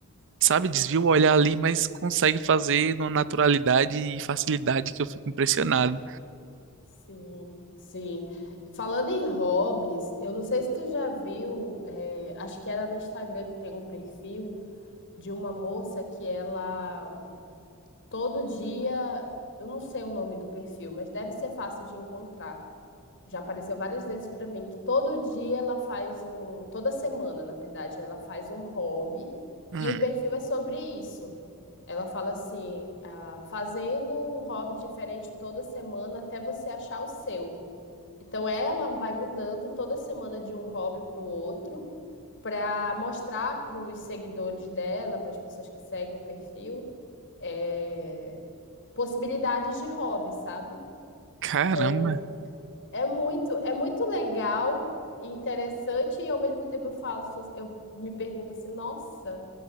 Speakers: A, on the right; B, on the left.
A: sabe, desvia o olhar ali, mas consegue fazer numa naturalidade e facilidade que eu fico impressionado.
B: Sim, sim. Falando em hobbies, eu não sei se tu já viu, eh, acho que era no Instagram que tem um perfil de uma moça que ela Todo dia, eu não sei o nome do perfil, mas deve ser fácil de encontrar. Já apareceu várias vezes pra mim que todo dia ela faz um, toda semana, na verdade, ela faz um hobby
A: Hum,
B: e o perfil é sobre isso. Ela fala assim, ah, fazendo um hobby diferente toda semana até você achar o seu. Então ela vai mudando toda semana de um hobby para o outro, para mostrar para os seguidores dela, para as pessoas que seguem o perfil, eh, possibilidades de hobby, sabe?
A: caramba.
B: Então, é muito, é muito legal, interessante e ao mesmo tempo eu falo, so- eu me pergunto assim, nossa,